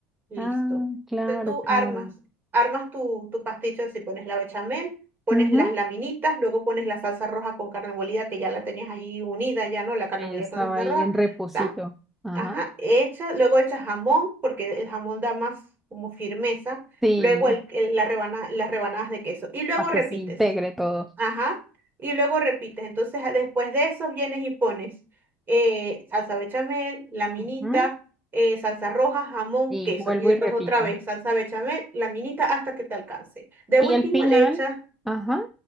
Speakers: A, on the right; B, in the centre.
A: Listo.
B: Ah, claro,
A: Entonces tú
B: claro.
A: armas, armas tu, tu pasticho así, pones la bechamel, pones
B: Ujú.
A: las laminitas, luego pones la salsa roja con carne molida, que ya la tenías allí unida, ya no, la carne
B: Y Ella
A: molida
B: estaba
A: con salsa
B: ahí
A: roja,
B: en reposito.
A: ¿está?
B: Ajá.
A: Ajá, hecha, luego echas jamón, porque el jamón da más como firmeza,
B: Sí,
A: luego el, el- la rebana- las rebanadas de queso, y luego
B: para
A: repites.
B: que se integre todo.
A: Ajá. Y luego repites. Entonces, a- después de eso vienes y pones eh, salsa bechamel, laminita,
B: Ujú.
A: eh, salsa roja, jamón,
B: Y
A: queso.
B: vuelvo
A: Y después
B: y repito.
A: otra vez salsa bechamel, laminita, hasta que te alcance. De
B: Y
A: último
B: el final,
A: le echas,
B: ajá,